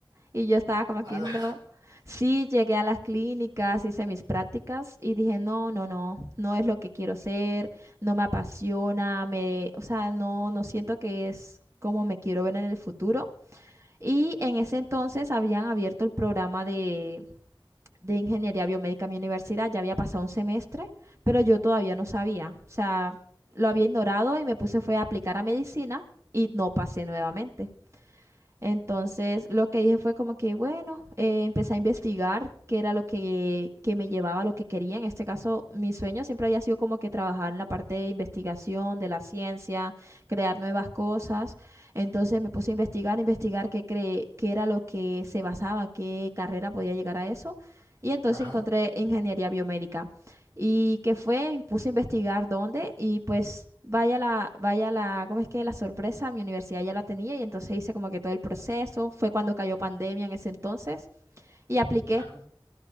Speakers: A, on the right; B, on the right.
A: y yo estaba como que
B: Ala.
A: no. Sí, llegué a las clínicas, hice mis prácticas y dije, no, no, no, no es lo que quiero ser, no me apasiona, me, o sea, no, no siento que es como me quiero ver en el futuro. Y en ese entonces habían abierto el programa de, de ingeniería biomédica en mi universidad, ya había pasado un semestre, pero yo todavía no sabía, o sea, lo había ignorado y me puse fue a aplicar a medicina y no pasé nuevamente. Entonces, lo que dije fue como que, bueno, eh, empecé a investigar qué era lo que, que me llevaba a lo que quería. En este caso, mi sueño siempre había sido como que trabajar en la parte de investigación, de la ciencia, crear nuevas cosas. Entonces, me puse a investigar, investigar qué, cre- qué era lo que se basaba, qué carrera podía llegar a eso. Y entonces
B: Ajá,
A: encontré ingeniería biomédica y que fue, me puse a investigar dónde y pues vaya la, vaya la, ¿cómo es que la sorpresa? Mi universidad ya la tenía y entonces hice como que todo el proceso, fue cuando cayó pandemia en ese entonces y apliqué.
B: ajá,